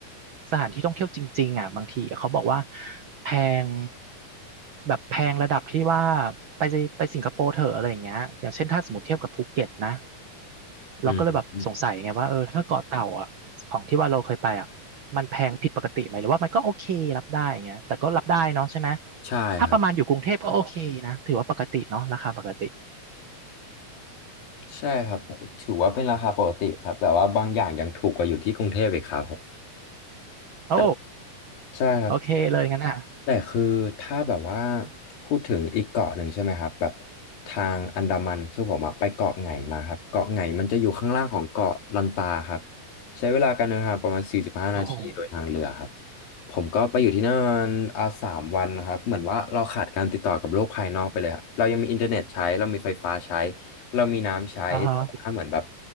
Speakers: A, on the right; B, on the left.
A: สถานที่ท่องเที่ยวจริงๆอ่ะบางทีเขาบอกว่าแพงแบบแพงระดับที่ว่าไปไปสิงคโปร์เถอะอะไรอย่างเงี้ยอย่างเช่นถ้าสมมติเทียบกับภูเก็ตนะ
B: อืมอืม
A: เราก็เลยแบบสงสัยไงว่าเออถ้าเกาะเต่าอ่ะของที่ว่าเราเคยไปอ่ะมันแพงผิดปกติไหมหรือว่ามันก็โอเครับได้อย่างเงี้ยแต่ก็รับได้เนาะใช่ไหม
B: ใช่ครับ
A: ถ้าประมาณอยู่กรุงเทพก็โอเคนะถือว่าปกติเนาะราคาปกติ
B: ใช่ครับถือว่าเป็นราคาปกติครับแต่ว่าบางอย่างยังถูกกว่าอยู่ที่กรุงเทพอีกครับผม
A: โอ้
B: แต่ใช่ครับ
A: โอเคเลยงั้นอ่ะ
B: แต่คือถ้าแบบว่าพูดถึงอีกเกาะหนึ่งใช่ไหมครับแบบทางอันดามันคือผมอะไปเกาะไหงมาครับเกาะไหงมันจะอยู่ข้างล่างของเกาะลันตาครับใช้เวลาการเดินทางประมาณ45นาทีโดยทางเรือครับ
A: โอ้โห
B: ผมก็ไปอยู่ที่นั่นประมาณอ่าสามวันนะครับเหมือนว่าเราขาดการติดต่อกับโลกภายนอกไปเลยครับเรายังมีอินเทอร์เน็ตใช้เรามีไฟฟ้าใช้เรามีน้ำใช้แต่ว่าเหมือนแบบ
A: อ่าฮะ